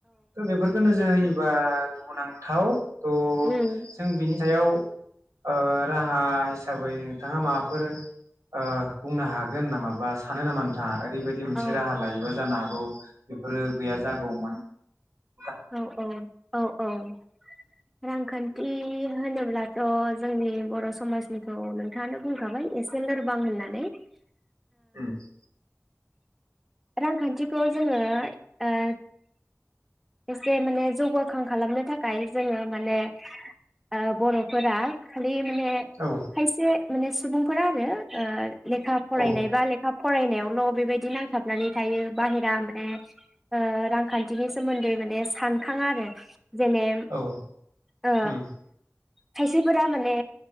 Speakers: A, on the right; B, in the centre.
A: थ बेफोरखौ नोजोर होयोबा दुखुनांथाव ।
B: उम ।
A: जों बिनि सायाव ओ राहा हिसाबै नोंथाङा माबाफोर ओ बुंनो हागोन नामा बा सानो नामा नोंथाङा? ओरैबायदि मोनसे
B: औ
A: राहा लायोबा जानो हागौ बेफोरो गैया जागौमोन ।
B: औ औ औ औ । रांखान्थि होनोब्लाथ जोंनि बर समाजनिखौ नोंथाङानो बुंखाबाय एसे लोरबां होननानै ।
A: उम ।
B: रांखान्थिखौ जोङो ओ एसे माने जौगाखां खालामनो थाखाय जोङो माने ओ बरफोरा <unintelligible>
A: औ
B: खायसे माने सुबुंफोरा आरो ओ । लेखा फरायनाय
A: औ
B: बा लेखाब फरायनायावल बेबायदि नांथाबनानै थायो बाहेरा माने ओ रांखान्थिनि - सोमोन्दै माने सानखाङा आरो जेने
A: औ
B: ओ
A: उम
B: खायसेफोरा माने